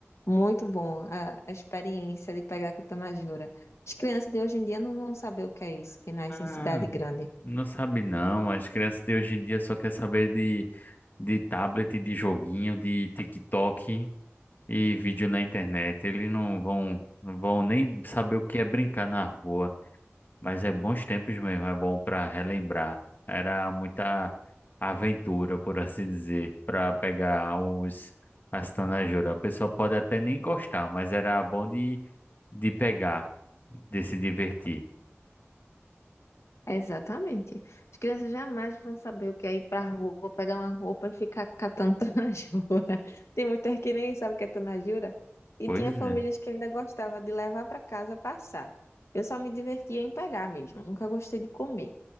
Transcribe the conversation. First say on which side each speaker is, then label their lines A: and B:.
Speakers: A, on the left (about 80°); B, on the left (about 45°).
A: Muito bom a, a experiência de pegar com tanajura. As crianças de hoje em dia não vão saber o que é isso, que nasce
B: Ah,
A: em cidade grande.
B: não sabe não. As crianças de hoje em dia só quer saber de, de tablet, de joguinho, de TikTok e vídeo na internet. Eles não vão, não vão nem saber o que é brincar na rua. Mas é bons tempos mesmo, é bom para relembrar. Era muita aventura, por assim dizer, para pegar os as tanajuras. A pessoa pode até nem gostar, mas era bom de, de pegar, de se divertir.
A: Exatamente. As crianças jamais vão saber o que é ir pra rua, pegar uma roupa e ficar catando <laughs> tanajura. Tem muitas que nem sabem o que é tanajura. E
B: Pois
A: tinha famílias
B: é.
A: que ainda gostava de levar para casa passar. Eu só me divertia em pegar mesmo, eu nunca gostei de comer.